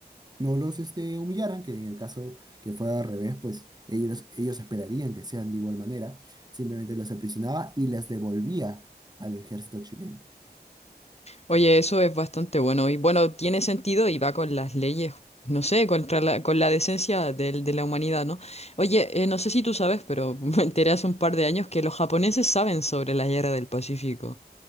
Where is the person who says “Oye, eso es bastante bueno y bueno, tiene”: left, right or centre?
Left